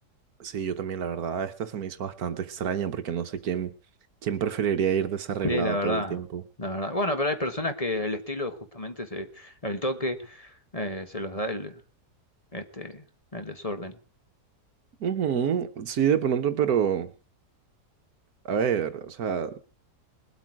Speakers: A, on the right (about 65°); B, on the left (about 25°).
A: Sí, yo también, la verdad, esta se me hizo bastante extraña porque no sé quién, quién preferiría ir desarreglado
B: Sí, la verdad,
A: todo el tiempo.
B: la verdad. Bueno, pero hay personas que el estilo justamente se, el toque eh, se los da el, este, el desorden.
A: Ujú, sí, de pronto, pero... A ver, o sea,